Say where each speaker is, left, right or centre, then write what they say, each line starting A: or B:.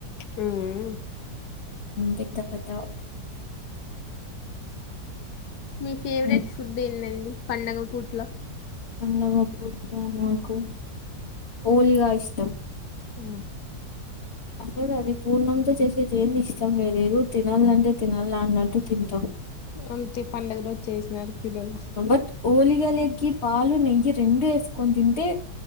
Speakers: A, on the left (about 65°); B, on the left (about 40°).
A: హ్మ్
B: పెద్ద పెద్దవా
A: మీ ఫేవరెట్
B: ఉమ్,
A: ఫుడ్ ఏందండి పండగ పూట్లో
B: పండగా ఫుడ్లో నాకు హోలిగా ఇష్టం
A: ఆ
B: అసలు అది పూర్ణంతో చేసేది ఏం ఇష్టం లేదుదో తినాలంటే తినాల అన్నట్టు తింటాం
A: అంత పండుగ రోజు చేసినారు తినాల
B: బట్ ఓలీగాలకి పాలు నెయ్యి రెండు వేసుకొని తింటే